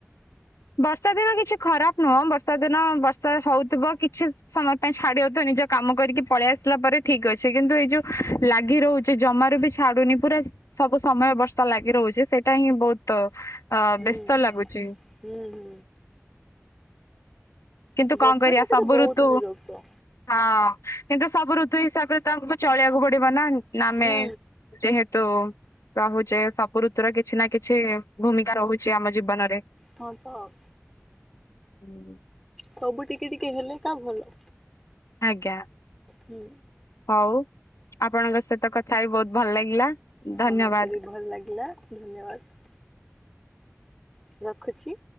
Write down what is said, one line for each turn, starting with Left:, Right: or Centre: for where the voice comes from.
Left: ବର୍ଷା ଦିନ କିଛି ଖରାପ ନୁହଁ ବର୍ଷା ଦିନ ବର୍ଷା ହଉଥିବ କିଛି ସମୟ ତା ଛାଡି ଯାଉଥିବ ନିଜ କାମ କରିକି ପଳେଇ ଆସିଲା ପରେ ଠିକ ଅଛି। କିନ୍ତୁ ଏଇ ଯୋଉ ଲାଗି ରହୁଚି ଜମାରୁ ବି ଛା ଛାଡ଼ୁନି ପୁରା ସବୁ ସମୟ ବର୍ଷା ଲାଗି ରହୁଛି ସେଇଟା ହିଁ ବହୁତ ଅ,
Centre: ହୁଁ
Left: ବ୍ୟସ୍ତ ଲାଗୁଛି।
Centre: ହୁଁ, ହୁଁ।
Left: କିନ୍ତୁ
Centre: ବର୍ଷା
Left: କଣ କରିବା
Centre: ଟା ଟିକେ
Left: ସବୁ
Centre: ବହୁତ
Left: ଋତୁ
Centre: ବିରକ୍ତ
Left: ହଁ କିନ୍ତୁ ସବୁ ଋତୁ ହିସାବରେ ତ ଆମକୁ ଚଳିବାକୁ ପଡିବ ନା। ନନେ
Centre: ହୁଁ
Left: ଯେହେତୁ ରହୁଚେ ସବୁ ଋତୁର କିଛି ନା କିଛି ଭୂମିକା ରହୁଛି ଆମ ଜୀବନରେ।
Centre: ହଁ ତ ଆଉ।
Left: ହୁଁ।
Centre: ସବୁ ଟିକେ ଟିକେ ହେଲେ କା ଭଲ।
Left: ଆଜ୍ଞା,
Centre: ହୁଁ
Left: ହଉ ଆପଣଙ୍କ ସହିତ କଥା ହେଇ ବହୁତ ଭଲ ଲାଗିଲା।
Centre: ହଁ
Left: ଧନ୍ୟବାଦ।
Centre: ମୋତେ ବି ଭଲ ଲାଗିଲା ଧନ୍ୟବାଦ। ରଖୁଛି।